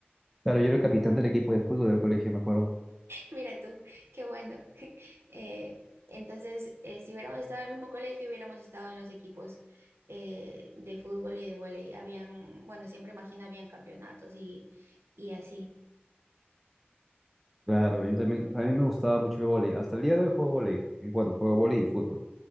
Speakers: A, in the centre; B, on the right.
A: Claro, yo era el capitán del equipo de fútbol del colegio, me acuerdo.
B: Mira tú, qué bueno. <laughs> Eh, entonces, eh, si hubiéramos estado en el mismo colegio, hubiéramos estado en los equipos eh, de fútbol y de vóley. Habían, bueno, siempre imagino, habían campeonatos y, y así.
A: Claro, yo también, a mí me gustaba mucho el vóley. Hasta el día de hoy juego vóley. Y bueno, juego vóley y fútbol.